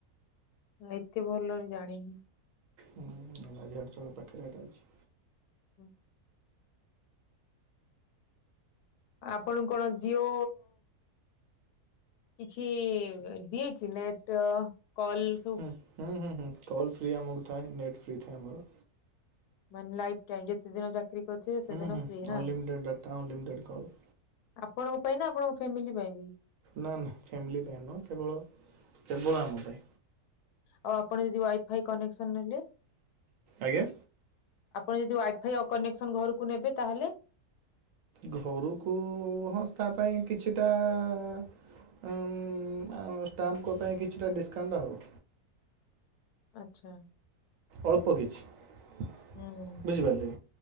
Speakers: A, on the left; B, on the right.
A: ମୁଁ ଏତେ ଭଲରେ ଜାଣିନି।
B: ହୁଁ ରାଜବାଟୀ ଛକ ପାଖରେ ହେଟା ଅଛି।
A: ହୁଁ। ଆପଣ କଣ ଜିଓ? କିଛି ବିକ ନେଟ୍ କଲସ
B: ହୁଁ, ହୁଁ ହୁଁ ହୁଁ କଲ ଫ୍ରୀ ଆମକୁ ଥାଏ। ନେଟ ଫ୍ରୀ ଥାଏ ଆମର।
A: ମାନେ ଲାଇଫ ଟାଇମ। ଯେତେ ଦିନ ଚାକ ଚାକେରୀ କରିଥିବେ ସେତେ
B: ହୁଁ
A: ଦିନ
B: ହୁଁ
A: ଫ୍ରି ନା
B: ଅନଲିମିଟେଡ଼ ଡାଟା, ଅନଲିମିଟେଡ଼ କଲ।
A: ଆପଣଙ୍କ ପାଇଁ ନା ଆପଣଙ୍କ ଫ୍ୟାମିଲି ପାଇଁ ବି?
B: ନା ନା ଫ୍ୟାମିଲି ପାଇଁ ନୁହଁ। କେବଳ କେବଳ ଆମ ପାଇଁ।
A: ଆଉ ଆପଣ ଯଦି ୱାଇଫାଇ କନେକ୍ସନ ନେଲେ?
B: ଆଜ୍ଞା?
A: ଆପଣ ଯଦି ୱାଇଫାଇ ଅ କନେକ୍ସନ ଘରକୁ ନେବେ ତାହେଲେ?
B: ଘରୁକୁ, ହଁ ସ୍ତା ପାଇଁ କିଛିଟା ଉଁ ଆମ ଷ୍ଟାମ୍ପଙ୍କ ପାଇଁ କିଛିଟା ଡିସ୍କାଉଣ୍ଟ ଆଉ।
A: ଆଚ୍ଛା।
B: ଅଳ୍ପ କିଛି।
A: ହୁଁ
B: ବୁଝିପାରିଲେ?